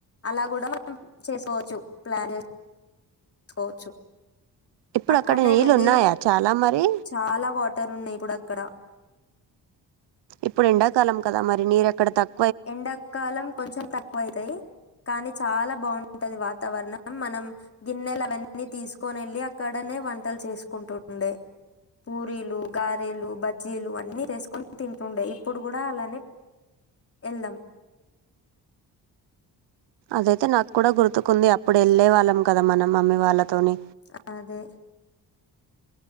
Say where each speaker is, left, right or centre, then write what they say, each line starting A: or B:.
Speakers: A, on the left; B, on the right.
A: అలా గుడా మనం చేసుకోవచ్చు ప్లాన్ చేసుకోవచ్చు
B: ఇప్పుడు
A: అక్కడనే
B: అక్కడ నీళ్ళు
A: వెళ్ళి
B: ఉన్నాయా చాలా మరి
A: చాలా వాటర్ ఉన్నాయి ఇప్పుడు అక్ క్కడ
B: ఇప్పుడు ఎండాకాలం కదా మరి నీరక్కడ తక్
A: ఎండకాలం కొంచెం తక్కువ అయితయి కానీ చాలా బావుంటది వాతావరణం మనం గిన్నెలు అవన్నీ తీసుకొని ఏళ్ళి అక్కడనే వంటలు చేసుకుంటుండే పూరీలు గారేలు బజ్జీలు అన్నీ చేసుకొని తింటుండే ఇప్పుడు కూడా అలానే ఎల్దం
B: అదైతే నాకు కూడా గుర్తుకుంది అప్పుడు యెల్లె వాళ్ళం కదా మనం మమ్మీ వాళ్ళతోని
A: అ అదే